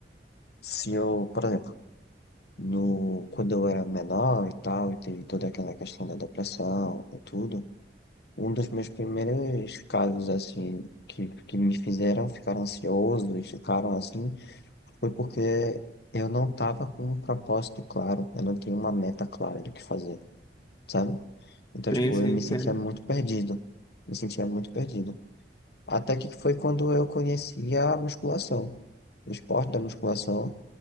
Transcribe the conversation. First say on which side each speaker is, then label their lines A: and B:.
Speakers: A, on the left; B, on the left.
A: se eu, por exemplo, no, quando eu era menor e tal, e teve toda aquela questão da depressão e tudo, um dos meus primeiros casos, assim, que, que me fizeram ficar ansioso e ficaram assim, foi porque eu não tava com um propósito claro, eu não tinha uma meta clara do que fazer, sabe? Então,
B: Sim,
A: tipo,
B: sim,
A: eu me
B: entendo.
A: sentia muito perdido, me sentia muito perdido. Até que foi quando eu conheci a musculação, o esporte da musculação.